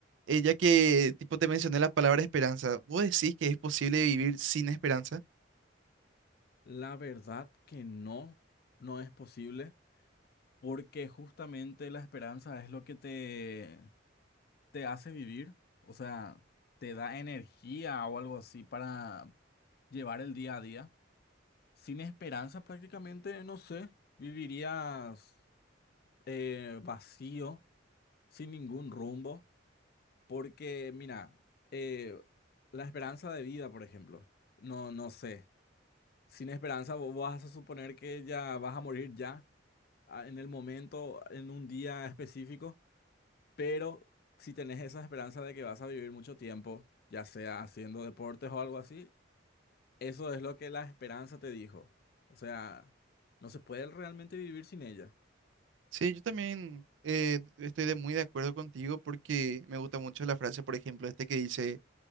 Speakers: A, on the right (about 75°); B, on the left (about 50°).
A: eh, ya que, tipo, te mencioné la palabra esperanza, ¿vos decís que es posible vivir sin esperanza?
B: La verdad que no, no es posible. porque justamente la esperanza es lo que te, te hace vivir, o sea, te da energía o algo así para llevar el día a día. Sin esperanza prácticamente, no sé, vivirías eh, vacío, sin ningún rumbo, porque mira, eh, la esperanza de vida, por ejemplo, no, no sé, sin esperanza vos vas a suponer que ya vas a morir ya, a- en el momento, en un día específico. Pero si tenés esa esperanza de que vas a vivir mucho tiempo, ya sea haciendo deportes o algo así, eso es lo que la esperanza te dijo. O sea, no se puede realmente vivir sin ella.
A: Sí, yo también eh, estoy de muy de acuerdo contigo porque me gusta mucho la frase, por ejemplo, este que dice,